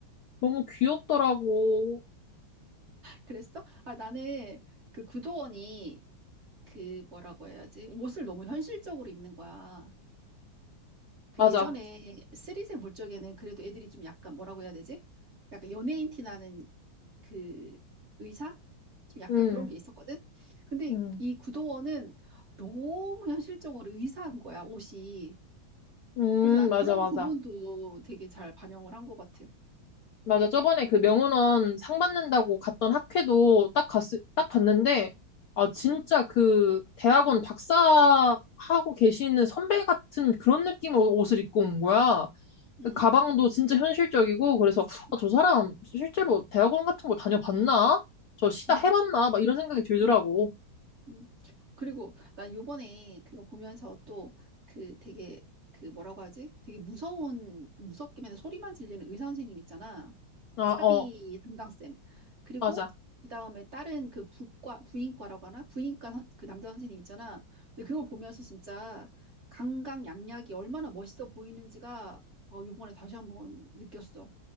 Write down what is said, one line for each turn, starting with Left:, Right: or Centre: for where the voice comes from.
Left: 너무 귀엽더라고.
Right: 그랬어? 아, 나는 그 구도원이 그 뭐라고 해야지? 옷을 너무 현실적으로 입는 거야. 그
Left: 맞아.
Right: 예전에 쓰리생 볼 적에는 그래도 애들이 좀 약간 뭐라고 해야 되지? 약간 연예인 티 나는 그 의사? 좀 약간
Left: 음,
Right: 그런 게 있었거든? 근데
Left: 음,
Right: 이 구도원은 너무 현실적으로 의사한 거야, 옷이.
Left: 음,
Right: 그래서 난
Left: 맞아,
Right: 그런
Left: 맞아.
Right: 부분도 되게 잘 반영을 한 것 같아.
Left: 맞아. 저번에 그 명은원 상 받는다고 갔던 학회도 딱 갔, 딱 봤는데, 아, 진짜
Right: 응,
Left: 그 대학원 박사하고 계시는 선배 같은 그런 느낌으로 옷을 입고 온 거야.
Right: 응,
Left: 가방도 진짜 현실적이고 그래서
Right: 맞아.
Left: 아, 저 사람 실제로 대학원 같은 거 다녀봤나? 저 시다
Right: 응.
Left: 해봤나? 막 이런 생각이 들더라고.
Right: 응. 음. 그리고 난 요번에 그거 보면서 또 그 되게 그 뭐라고 하지? 되게 무서운 무섭기만 소리만 질리는 의사 선생님 있잖아.
Left: 아,
Right: 사비
Left: 어,
Right: 담당쌤. 그리고
Left: 맞아.
Right: 그다음에 다른 그 부과 부인과라고 하나? 부인과 선- 그 남자 선생님 있잖아. 근데 그걸 보면서 진짜 강강약약이 얼마나 멋있어 보이는지가 어 요번에 다시 한번 느꼈어.